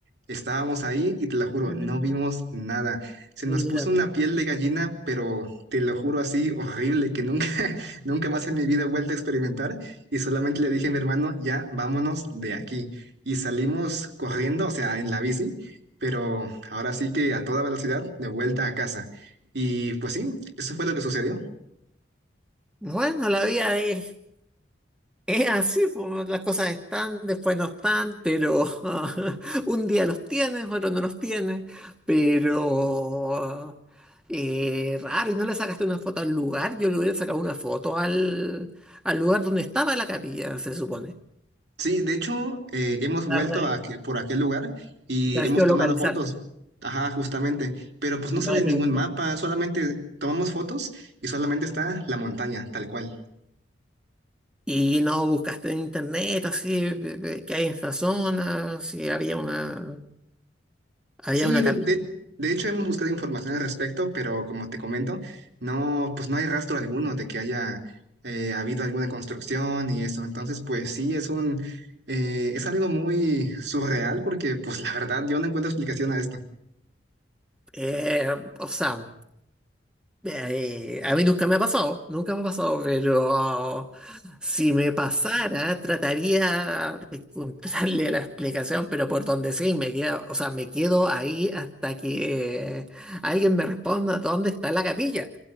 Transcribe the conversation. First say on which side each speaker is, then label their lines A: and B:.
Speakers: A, on the right (about 65°); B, in the centre.
A: Estábamos ahí y te lo juro,
B: Mm,
A: no vimos nada. Se
B: mira,
A: nos puso
B: mira.
A: una piel de gallina, pero te lo juro así, horrible, que nunca, <laughs> nunca más en mi vida he vuelto a experimentar. Y solamente le dije a mi hermano, ya, vámonos de aquí. Y salimos corriendo, o sea, en la bici pero ahora sí que a toda velocidad, de vuelta a casa. Y pues sí, eso fue lo que sucedió.
B: Bueno, la vida es Es así, pues, las cosas están, después no están, pero <laughs> un día los tienes, otro no los tienes, pero eh, raro, y no le sacaste una foto al lugar, yo le hubiera sacado una foto al, al lugar donde estaba la capilla, se supone,
A: Sí, de hecho, eh, hemos vuelto
B: para,
A: a, que- por aquel lugar y
B: para
A: hemos
B: geolocalizar
A: tomado fotos. Ajá, justamente. Pero pues no
B: y
A: sale
B: para
A: ningún
B: preguntar.
A: mapa, solamente tomamos fotos y solamente está la montaña, tal cual.
B: Y no buscaste en internet, así, eh, qué hay en esta zona, si había una, había
A: Sí,
B: una
A: de,
B: capilla.
A: de- de hecho hemos buscado información al respecto, pero como te comento, no, pues no hay rastro alguno de que haya eh, habido alguna construcción y eso. Entonces, pues sí, es un, eh, es algo muy surreal porque, pues la verdad, yo no encuentro explicación a esto.
B: Eh, o sea... Eh, a mí nunca me ha pasado, nunca me ha pasado, pero si me pasara, trataría de encontrarle la explicación, pero por donde sí, me quedo, o sea, me quedo ahí hasta que alguien me responda dónde está la capilla.